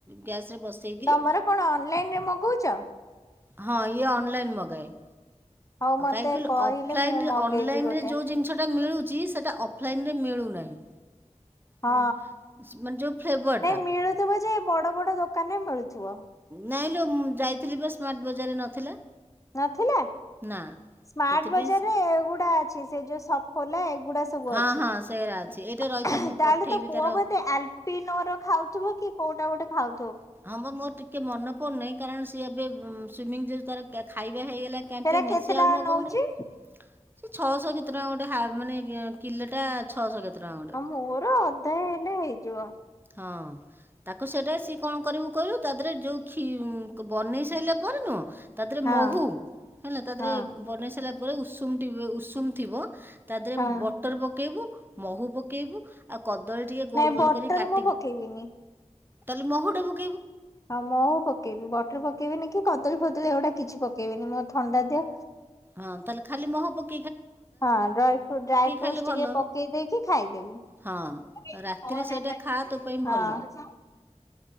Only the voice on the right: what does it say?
ଗ୍ୟାସରେ ବସେଇକିରି
ହଁ ଇଏ ଅନଲାଇନ୍ ମଗାଏ। ମଗାଏ।
କାହିଁକି କହିଲୁ
ଅଫଲାଇନ୍
ଅନଲାଇନ୍
ରେ ଯୋଉ ଜିନିଷ ଟା ମିଳୁଛି ସେ ସେଟା ଅଫଲାଇନ୍ ରେ ମିଳୁନାହିଁ।
ହେଲା। ମାନେ ଯେଉଁ ଫ୍ଲେଭରଟା
ନାଇଁ ଲୋ ମୁଁ ଯାଇଥିଲି ପା ସ୍ମାର୍ଟ ବଜାରରେ ନଥିଲା।
ନା
ସେଥିପାଇଁ
ସେ
ହଁ
ହଁ ସେରା ଅଛି ଏଇଟା
ରହିଥା ମୁଁ
ପଠେଇବି
ତାର
<unintelligible> ଟିକ ମନେ ପଡୁ ନାହିଁ କାରଣ ସିଏ ଏବେ ସୁଇଂମି ଯୋଗୁ ତାର ଖାଇ ହେଇଗଲା କ୍ୟାଣ୍ଟିନ୍
ରେ ସେ
ଆଉ ମଗଉନାଇଁ।
ଛଅ ଶହ କେତେ ଟଙ୍କା ଗୋଟେ ହା ମାନେ କି କିଲେଟା ଆ ଛଅ ଶହ କେତେ? ଟଙ୍କା ଗୋଟେ
ହଁ ତାକୁ ସେଇଟା ସିଏ କଣ କରିବୁ କହିଲୁ ତା ଦେହରେ ଯୋଉ ଖୀ ବନେଇ ସାରିଲା ପରେ ନୁହଁ ତା ଦେହରେ
ମହୁ ହେଲା ତା
ଦେହରେ ବନେଇ ସାରିଲା ପୁରା ଉଷୁମ ଉଷୁମ ଥିବ ତା ଦେହରେ
ବଟର୍ ପକେଇଵୁ ମହୁ ପକେଇବୁ ଆଉ କଦଳୀ ଟିକେ
ଗୋଲ ଗୋଲ
କରି କାଟ
ତାହେଲେ ମହୁଟାକୁ
ହଁ ତାହଲେ ଖାଲି ମହୁ ପକେ
ଖାଇଲେ
ଭଲ
ହଁ ରାତିରେ
ସେଇଟା ଖା ତୋ ପାଇଁ
ଭଲ